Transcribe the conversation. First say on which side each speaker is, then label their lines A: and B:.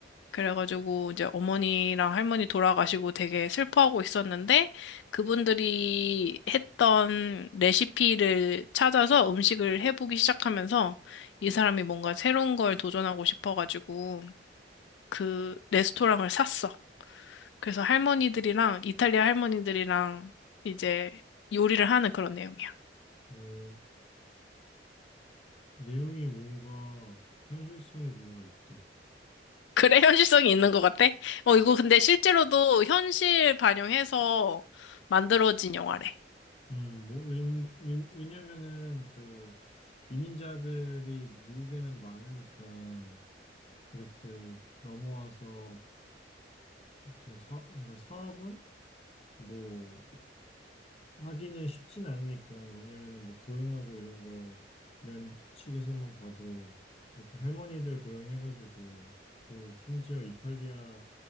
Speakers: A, on the left (about 85°); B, on the left (about 35°).
A: 그래가지고 이제 어머니랑 할머니 돌아가시고 되게 슬퍼하고 있었는데 그분들이 했던 레시피를 찾아서 음식을 해보기 시작하면서 이 사람이 뭔가 새로운 걸 도전하고 싶어가지고 그 레스토랑을 샀어. 그래서 할머니들이랑 이탈리아 할머니들이랑 이제 요리를 하는 그런 내용이야.
B: 어, 내용이 뭔가 현실성이 뭔가 있다.
A: 그래, 현실성이 있는 것 같아? 어, 이거 근데 실제로도 현실 반영해서 만들어진 영화래.
B: 음, 뭐, 웬, 웬, 왜냐면은 그 이민자들이 미국에는 많으니까 그렇게 넘어와서 이렇게 사, 그러니까 사업은 뭐 하기는 쉽진 않으니까 왜냐면은 뭐 고용하고 이런 거 면 측에서만 봐도 그렇게 할머니들 고용해가지고 또 심지어 이탈리아